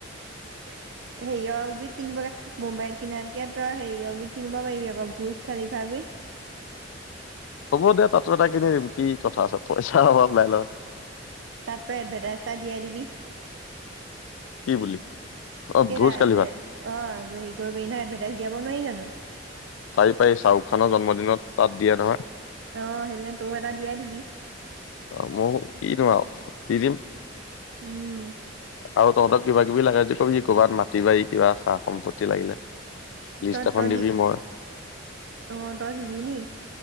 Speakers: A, on the right; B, on the left.
A: <inaudible> সেৰিয় গুইত কিনিবগৈ, মুম্বাইত কিনাতকে তই সেৰিয় গুইত কিনিব পাৰিবি আকৌ ভোজ খালিফা যে
B: হব দে তাতো এটা কিনি দিম, কি কথা আছে পইচাৰ অভাৱ নাই নহয়
A: তাত তই এডভাটাইটাইজ এটা দিয়াই দিবি।
B: কি বুলি অ
A: কেইটা,
B: ভোজ কালি ভাত
A: অহ হেৰি কৰিবি নহয় এডভাইটাইজ দিয়াব নোৱাৰি জানোঁ।
B: পাৰি পাৰি, শ্বাহৰুখ খানৰ জন্মদিনত তাত দিয়ে নহয়।
A: অহ, সেইটো কাৰণে তইও এটা দিয়াই দিবি।
B: অ মোৰ কিনো আৰু দি দিম।
A: উম
B: আৰু তহঁতক কিবা কিবি লাগে যদি কবি, ক'বাত মাটি বাৰী, কিবা সা- সম্পত্তি লাগিলে লিষ্ট
A: তই,
B: এখন
A: তইদি
B: দিবি মই
A: অহ তই দিবি নি?